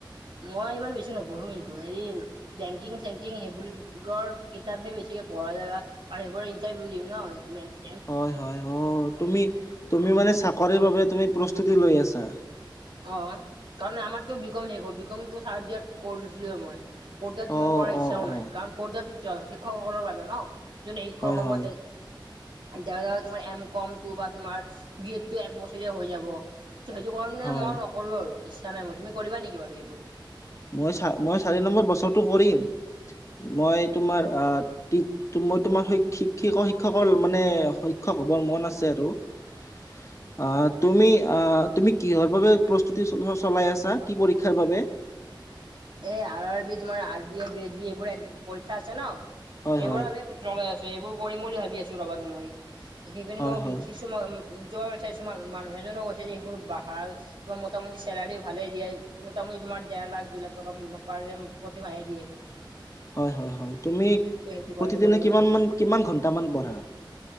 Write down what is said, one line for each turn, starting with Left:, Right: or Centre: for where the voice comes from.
Right: মই ইমান বেছি নপঢ়ো কিন্তু হেৰি- বেংকিং চেংকিং সেইবোৰৰ কিতাপহে বেছিকে পঢ়া যায় বা - আৰু সেবোৰ ইণ্টাৰভিউ দিম ন মে-
Left: হয় হয়, অঁ তুমি তুমি মানে চাকৰিৰ বাবে তুমি প্ৰস্তুতি লৈ আছা?
Right: অহ, কাৰণ আমাৰতো বিকম শেষ, বিকম চাৰজাৰ কৰিছিলো মই। ফথইয়েৰটো
Left: অ
Right: মোৰ কৰাৰ ইচ্ছাও
Left: অ অ
Right: নাই। কাৰণ <unintelligible> শিক্ষকসকলৰ বাবে ন, যোনে শিক্ষক
Left: হয়
Right: হ'ব
Left: হয়
Right: দেখা যাব তোমাৰ এম কমটো বা তোমাৰ বিয়টো এক বছৰিয়া হৈ যাব। ত সেইটো কাৰণে
Left: হয়
Right: মই নকৰো আৰু ইচ্ছা নাই মই। তুমি কৰিবা নেকি বাৰু সেইবোৰ?
Left: মই চ মই চাৰি নম্বৰ বছৰটো কৰিম। মই তোমাৰ আ মই তোমাৰ শিক্ষ শিক্ষকৰ মানে শিক্ষক হ'বৰ মন আছে আৰু। <inaudible> অ তুমি অ তুমি কিহৰ বাবে প্ৰস্তুতি চলাই আছা কি পৰীক্ষাৰ বাবে?
Right: এই আৰ আৰ বি তোমাৰ R B A grade B এইবোৰ এক পৰীক্ষা আছে ন,
Left: হয়
Right: সেইবোৰ
Left: হয়
Right: বাবে জ্বলাই আছো, সেইবোৰ কৰিম বুলি ভাবি আছো ৰবা মই। সেইকাৰণে
Left: হয়
Right: <unintelligible> মই
Left: হয়
Right: কিছু ইউব <unintelligible> কিছু মানুহ এজনেও কৈছে যে সেইবোৰ ভাল তোমাৰ মোটামুটি চালাৰি ভালেই দিয়ে, মোটামুটি তোমাৰ ডেৰ লাখ দুই লাখ পাৰ প্ৰতিমাহে দিয়ে।
Left: হয়-হয়-হয়। তুমি
Right: সেইটো
Left: প্ৰতিদিনে
Right: কাৰণে কৰিম বুলি
Left: কিমামান
Right: ভাবি আছো।
Left: কিমান ঘন্টামান পঢ়া?